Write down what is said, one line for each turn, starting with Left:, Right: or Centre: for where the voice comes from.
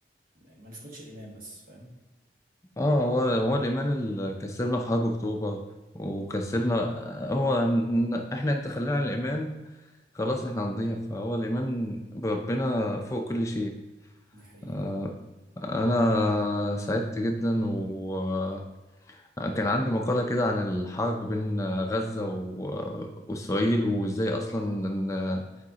Right: ما نفقدش الايمان بس فاهم
Left: اه هو هو الإيمان اللي كسبنا في حرب أكتوبر وكسبنا هو إن- احنا انت خلينا الإيمان خلاص احنا هنضيع فهو الإيمان بربنا فوق كل شيء
Right: دي حقيقة
Left: آه أنا سعدت جدا وكان عندي مقالة كده عن الحرب بين غزة و- وإسرائيل وإزاي أصلا إن